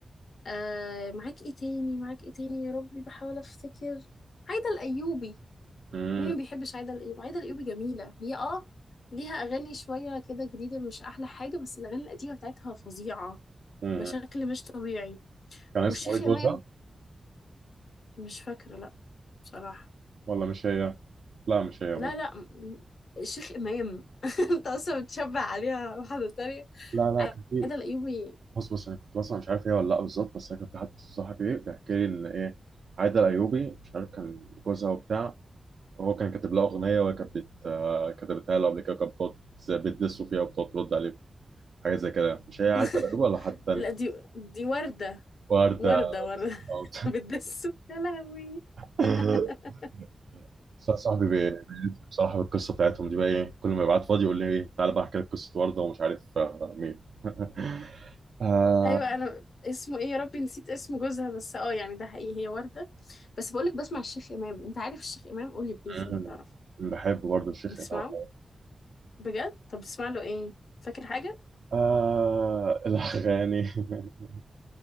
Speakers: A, on the left; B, on the right.
A: آه معاك إيه تاني معاك إيه تاني يا ربي بحاول أفتكر عايدة الأيوبي
B: مم.
A: مين ما بيحبش عايدة الأيوبي عايدة الأيوبي جميلة هي آه ليها أغاني شوية كده جديدة مش أحلى حاجة بس الأغاني القديمة بتاعتها فظيعة
B: مم.
A: بشكل مش طبيعي
B: كان اسمه
A: والشيخ
B: ايه
A: إمام
B: جوزها
A: مش فاكرة لا بصراحة
B: ولا مش هي لا مش هي
A: لا
B: مو
A: لا م- م- الشيخ إمام <laughs> انت أصلا بتشبه عليها واحدة تانية
B: لا لا
A: عادة
B: كان في
A: الأيوبي
B: بص بص انا كنت بسمع مش عارف هي ولا لا بالظبط بس انا كان في حد صاحبي ايه بيحكي لي ان ايه عايده الايوبي مش عارف كان جوزها وبتاع هو كان كاتب لها أغنية وهي كانت بت... آه، كتبتها له قبل كده وكانت بتقعد زي بتدسه فيها وبتقعد ترد عليه حاجة زي كده مش هي عادة
A: <laughs>
B: الأيوب ولا حد تاني
A: لا دي دي وردة
B: وردة
A: وردة وردة
B: أو-
A: <laughs> بتدسه يا لهوي
B: <laughs>
A: <laughs>
B: بس أنا صاحبي بي- بيلف بصراحة بالقصة بتاعتهم دي بقى إيه كل ما يبعت فاضي يقول لي إيه تعالى بقى أحكي لك قصة وردة ومش عارف آه، مين <laughs> آه...
A: ايوه انا اسمه ايه يا ربي نسيت اسم جوزها بس اه يعني ده حقيقي هي وردة بس بقولك بسمع الشيخ إمام انت عارف الشيخ إمام قولي بليز
B: مم.
A: انك تعرف
B: بحب برضه الشيخ
A: بتسمعه
B: إمام
A: بجد طب بتسمع له ايه فاكر حاجة
B: آه الأغاني <laughs>